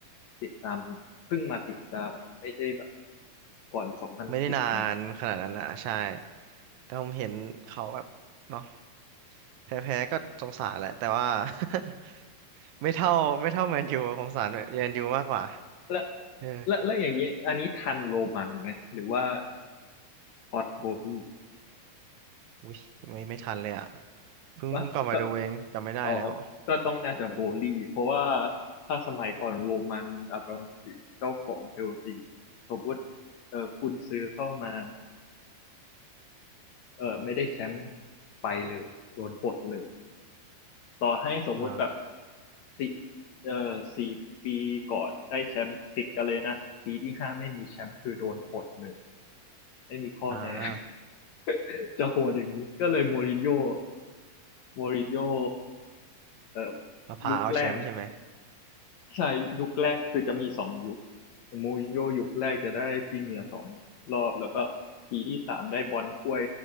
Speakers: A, on the left; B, on the right.
A: ติดตามเพิ่งมาติดตามไม่ได้ ก่อนสองพันสิบอะไรอย่างเงี้ย
B: ไม่ได้นานขนาดนั้นนะใช่แต่ผมเห็นเขาแบบเนาะแพ้ๆก็สงสารแหละแต่ว่า <laughs> ไม่เท่าไม่เท่าแมนยูผมสงสารแมนยูมากกว่า
A: แล้ว
B: เออ
A: แล้วแล้วอย่างเงี้ยอันนี้ทันโรมันไหมหรือว่าพอตโบลี่
B: อุ้ยไม่ไม่ทันเลยอ่ะเพิ่งเพิ่งกลับมาดูเองจำไม่ได้แล้ว
A: วะก็อ๋อก็ต้องน่าจะโบลี่เพราะว่าถ้าสมัยก่อนโรมันอับราโมวิชเจ้าของเชลซีสมมติเออกุนซือเข้ามาเออไม่ได้แชมป์ไปเลยโดนปลดเลยต่อให้สมมติแบบ
B: อ่า
A: ติเออสี่ปีก่อนได้แชมป์ติดกันเลยนะปีที่ห้าไม่มีแชมป์คือโดนปลดเลยไม่มีข้อแม้
B: อ่า
A: <laughs> จะโหดอย่างนี้ก็เลยโมรินโญ่ โมรินโญ่เอ่อ
B: มะพร้าวแชมป์ใช่ไหม
A: ยุคแรกเนี่ยใช่ยุคแรกคือจะมีสองยุคโมรินโญ่ยุคแรกจะได้พรีเมียร์สองรอบแล้วก็ปีที่สามได้บอลถ้วย